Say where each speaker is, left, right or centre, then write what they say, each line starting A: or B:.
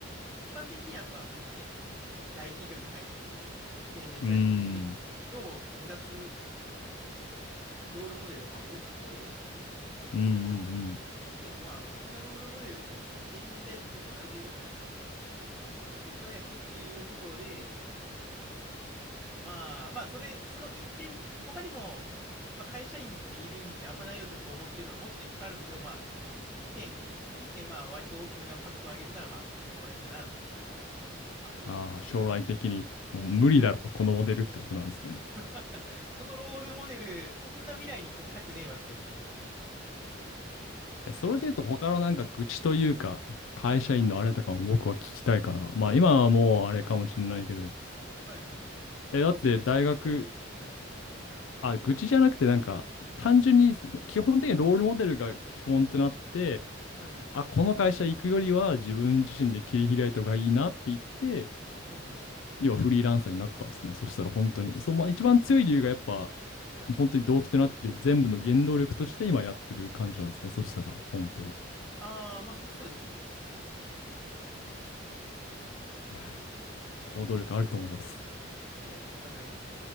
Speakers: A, in the centre; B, on the left.
A: 一般的にはやっぱね、大企業に入って定年退職するのを目指す
B: い。うーん。
A: ロールモデルがまあお多いですよね。
B: うんうんうん。
A: でもまあ、そんなロールモデルってもその定年退職が75歳とかだって、なんもハッピーちゃうやんけっていうところで、まあまあ、それ、その一点、他にも、まあ、会社員でいる意味ってあんまないよって僕思ってるのはもっといっぱいあるんですけど、まあ、一点、一点、まあ、割と大きめなファクトを挙げるなら、まあ、そこら辺かなと。ファクトというか。
B: ああ、将来的に、もう無理だろ、このモデルってことなんですね。
A: <laughs> そのロールモデル、そんな未来にかけたくねえわって思いましたね。
B: えそれで言うと、他のなんか愚痴というか、会社員のあれとかも僕は聞きたいかな。
A: はいはい。
B: まあ今はもうあれかもしれないけど、
A: はい。はいはい。い
B: え、
A: や別に愚痴はないですよ。
B: だって大学、
A: はい。
B: あ、愚痴じゃなくて、なんか、
A: はいはい。
B: 単純に、基本的にロールモデルが基本となって、
A: はいはい。
B: あ、この会社行くよりは自分自身で切り開いた方がいいなって言って、
A: うんうん。
B: 要はフリーランサーになったんですね。そしたら本当に。そう、まあ一番強い理由がやっぱ、
A: はい。
B: 本当に動機となって全部の原動力として今やってる感じなんですね。そしたら、本当。
A: ああ、まあそ、そうですね。
B: いや、行動力あると思います。
A: いやいや、お互いに。